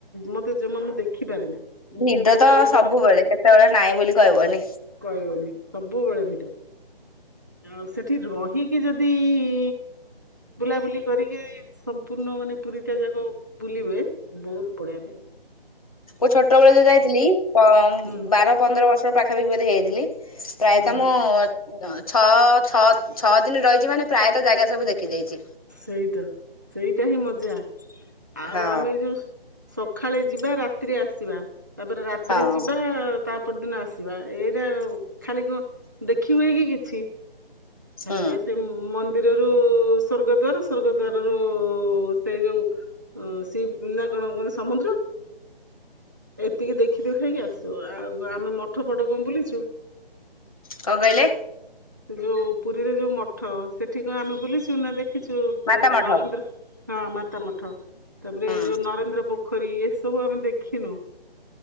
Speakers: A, on the right; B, on the left.
A: ମତେ ଯମା ମୁ ଦେଖିପାରେ ନା ମୁଁ
B: ନିଦ
A: ଏବେ
B: ତ
A: କାଳିଆ
B: ସବୁବେଳେ
A: କୁ
B: କେତେବେଳେ ନାଇଁ ବୋଲି କହିବନି
A: କହିବନି ସବୁବେଳେ ଭିଡ। ଆଉ ସେଠି ରହିକି ଯଦି ଇ ବୁଲାବୁଲି କରିକି ସମ୍ପୂର୍ଣ୍ଣ ମାନେ ପୁରୀ ଏତେ ଯାକ ବୁଲିବେ ବହୁତ ବଢିଆ ଲାଗେ।
B: ମୁ ଛୋଟ ବେଳ ଯୋଉ ଯାଇଥିଲି ପମ୍
A: ହୁଁ
B: ବାର ପନ୍ଦର ବର୍ଷର ପାଖାପାକି ବୋଧେ ହେଇଥିଲି। ପ୍ରାୟତଃ
A: ହୁଁ ହୁଁ
B: ମୁଁ ଛଅ ଛଅ ଛଅ ଦିନ ରହିଛି ମାନେ ପ୍ରାୟତଃ ଜାଗା ସବୁ ଦେଖିଦେଇଛି।
A: ସେଇତ ସେଇଟା ହିଁ ମଜା ଆଉ
B: ହଁ
A: ଆମେ ଯଉ ସଖାଳେ ଯିବା ରାତିରେ ଆସିବା ତାପରେ ରାତିରେ
B: ହଁ
A: ଯିବା ତା ପର ଦିନ ଆସିବା। ଏଇଟା ଆଉ ଖାଲି କଣ ଦେଖି ହୁଏ କି କିଛି?
B: ହୁଁ
A: ଖାଲି ଯା ସେ ମନ୍ଦିର ଦ୍ଦୀର ରୁ ସ୍ଵର୍ଗ ଦ୍ଵାରା ସ୍ବର୍ଗ ଦ୍ବାର ରୁ ସେଇ ଯୋଉ ଓ ସଇ ନା କଣ କହନ୍ତି ସମୁଦ୍ର। ଏତିକି ଦେଖି ଦୁଖାକି ଆସୁ ଆଉ ଆମେ ମଠ ଫଟ କଣ ବୁଲିଛୁ?
B: କଣ କହିଲେ?
A: ଯୋଉ ପୁରୀରେ ଯୋଉ ମଠ ସେଠି କ ଆମେ ବୁଲିଛୁ ନା ଦେଖିଛୁ ଉଁ
B: ମାତା ମଠ
A: ନରେନ୍ଦ୍ର ହଁ ମାତା ମଠ ତାପରେ
B: ହୁଁ
A: ଏଇ ଯୋଉ ନରେନ୍ଦ୍ର ପୋଖରୀ ଏସବୁ ଆମେ ଦେଖିନୁ।